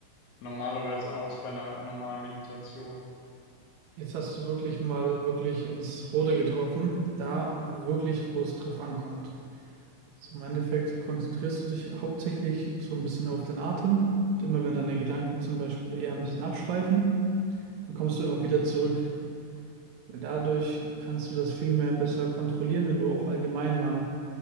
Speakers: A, on the left (about 60°); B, on the right (about 85°).
A: normalerweise aus bei einer normalen Meditation?
B: Jetzt hast du wirklich mal wirklich ins Rote getroffen, da wirklich, wo es drauf ankommt. So im Endeffekt konzentrierst du dich hauptsächlich so ein bisschen auf deinen Atem. Und immer wenn deine Gedanken zum Beispiel eher ein bisschen abschweifen, dann kommst du immer wieder zurück. Weil dadurch kannst du das viel mehr besser kontrollieren, wenn du auch allgemein mal